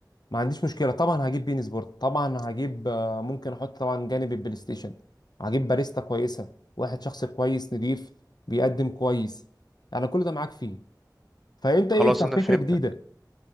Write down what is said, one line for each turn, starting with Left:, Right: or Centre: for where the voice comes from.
Left: ما عنديش مشكله طبعا هجيب بين سبورت طبعا هجيب آه، ممكن احط طبعا جانب البلاي ستيشن هجيب باريستا كويسه واحد شخص كويس نضيف بيقدم كويس انا كل ده معاك فيه فانت ايه
Centre: خلاص
Left: افتح
Centre: انا
Left: فكره
Centre: فهمتك
Left: جديده